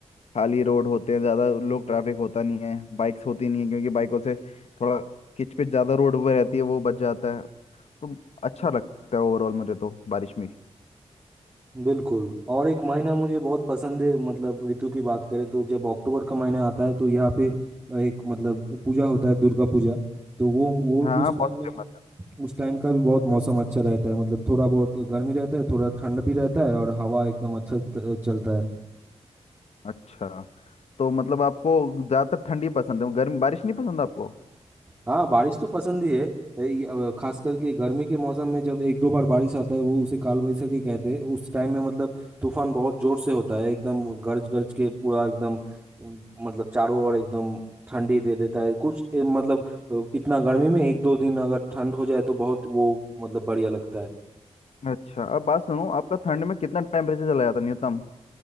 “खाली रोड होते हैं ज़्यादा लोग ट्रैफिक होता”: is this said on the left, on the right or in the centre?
Left